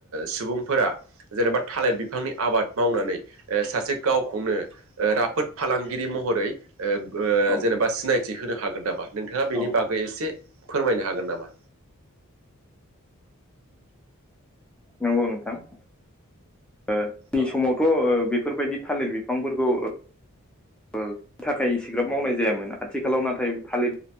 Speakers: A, on the right; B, in the centre.
A: सुबुंफोरा जेनेबा थालिर बिफांनि आबाद मावनानै ओ सासे गावखौनो राफोद फालांगिरि महरै ओ
B: औ
A: जेनेबा सिनाय थिहोनो हागोन नामा नोंथाङा बेनि
B: औ
A: बागै एसे फोरमायनो हागोन नामा
B: नंगौ नोंथां ओ नि
A: औ
B: समावथ' ओ बेफोरबायदि थालिर बिफांफोरखौ ओ ओ थाखाय इसेग्राब मावनाय जायामोन आथिखालाव नाथाय थालिर